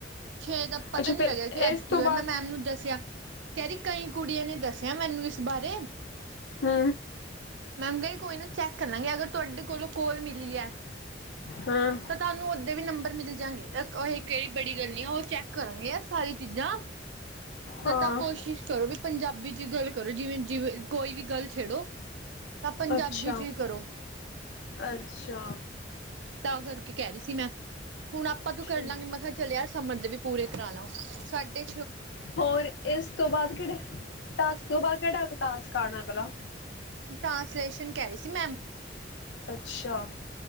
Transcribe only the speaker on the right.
ਛੇ ਦਾ ਪਤਾ
ਨੀ
ਲੱਗਿਆ ਕਿ ਅੱਜ
ਕੀ
ਹੋਇਆ,
ਮੈਂ ਮੈਮ ਨੂੰ ਦੱਸਿਆ। ਕਹਿੰਦੀ ਕਈ ਕੁੜੀਆਂ ਨੇ ਦੱਸਿਆ ਮੈਨੂੰ ਇਸ ਬਾਰੇ।
ਮੈਮ ਕਹਿ ਰੀ ਕੋਈ ਨਾ ਚੈੱਕ ਕਰ ਲਾਂਗੇ, ਅਗਰ ਤੁਹਾਡੇ ਕੋਲੋਂ ਕੋਲ ਮਿਲੀ ਐ।
ਤੁਹਾਨੂੰ ਓਦੇ ਵੀ ਨੰਬਰ ਮਿਲ ਸ ਜਾਗੇ ਕਾ, ਇਹ ਕਿਹੜੀ ਬੜੀ ਗੱਲ ਨੀ ਆ, ਉਹ ਚੈੱਕ ਕਰਾਂਗੇ ਯਾਰ ਸਾਰੀ ਚੀਜ਼ਾਂ।
ਤਾਂ ਕੋਸ਼ਿਸ਼ ਕਰੋ ਵੀ ਪੰਜਾਬੀ ਚੀ ਗੱਲ ਕਰੋ, ਜਿਵੇਂ-ਜਿਵੇਂ ਕੋਈ ਵੀ ਗੱਲ ਛੇੜੋ ਤਾਂ ਪੰਜਾਬੀ
ਚ ਹੀ ਕਰੋ।
ਤਾਂ ਕਰਕੇ ਕਹਿ ਰਹੀ ਸੀ ਮੈਂ, ਹੁਣ ਆਪਾਂ ਤੋਂ
ਕਰ ਲਾਂਗੇ ਮੈਂ ਕਿਹਾ ਚਲੀਆ ਸਮਦ ਵੀ ਪੂਰੇ ਕਰਾ ਲਾ, ਸਾਡੇ
ਟ੍ਰਾਂਸਲੇਸ਼ਨ ਕਹਿ ਰਹੇ ਸੀ ਮੈਮ।